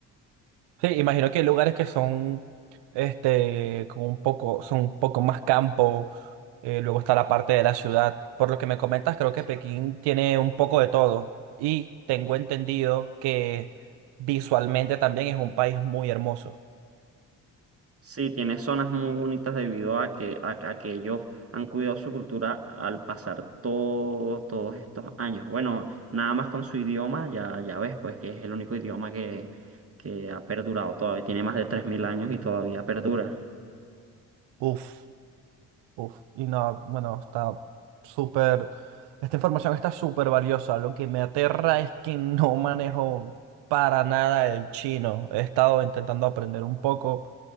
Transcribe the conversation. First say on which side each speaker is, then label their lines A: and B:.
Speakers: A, on the right; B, on the right.
A: Sí, imagino que hay lugares que son, este, como un poco, son un poco más campo, eh, luego está la parte de la ciudad. Por lo que me comentas, creo que
B: Sí.
A: Pekín tiene un poco de todo y tengo entendido que visualmente también es un país muy hermoso.
B: Sí, tiene zonas muy bonitas debido a que, a, a que ellos han cuidado su cultura al pasar todo- todos estos años. Bueno, nada más con su idioma, ya, ya ves, pues que es el único idioma que, que ha perdurado todavía. Tiene más de tres mil años y todavía perdura.
A: Uf. Uf, y no, bueno, está súper, esta información está súper valiosa. Lo que me aterra es que no manejo para nada el chino. He estado intentando aprender un poco,